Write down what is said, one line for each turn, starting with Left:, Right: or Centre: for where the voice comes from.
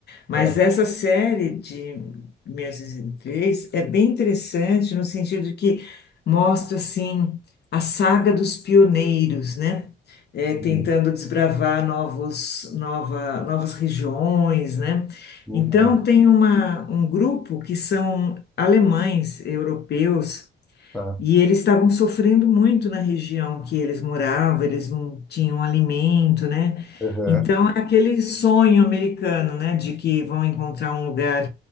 Left: Mas
Centre: É,
Left: essa série de 1903 é bem interessante no sentido de que mostra, assim, a saga dos pioneiros, né? É,
Centre: sim.
Left: tentando desbravar novos, nova, novas regiões, né?
Centre: Uhum,
Left: Então, tem uma, um grupo que são alemães, europeus,
Centre: tá.
Left: e eles estavam sofrendo muito na região que eles moravam, eles não tinham alimento, né?
Centre: Uhum,
Left: Então, é aquele sonho americano, né, de que vão encontrar um lugar